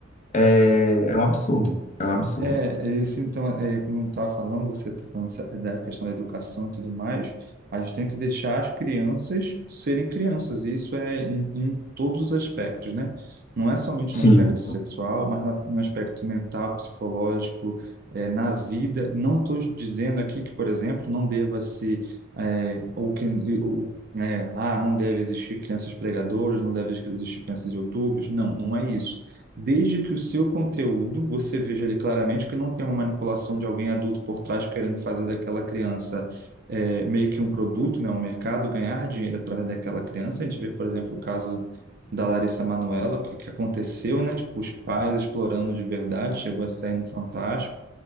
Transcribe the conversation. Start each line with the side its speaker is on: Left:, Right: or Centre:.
Left: é, é um absurdo. É um absurdo.
Right: É, isso então, é, como eu estava falando, você está falando sa- da questão da educação e tudo mais, a gente tem que deixar as crianças serem crianças, e isso é em, em todos os aspectos, né? Não é somente
Left: Sim,
Right: no aspecto sexual, mas na- no aspecto mental, psicológico, é, na vida. Não estou dizendo aqui que, por exemplo, não deva se, é, ou que, ou, né, ah, não deve existir crianças pregadoras, não deve existir crianças youtubers, não, não é isso desde que o seu conteúdo você veja ali claramente que não tem uma manipulação de alguém adulto por trás querendo fazer daquela criança é, meio que um produto, né, um mercado, ganhar dinheiro através daquela criança. A gente vê, por exemplo, o caso da Larissa Manoela, o que, que aconteceu, né? Tipo, os pais explorando de verdade, chegou a sair no Fantástico.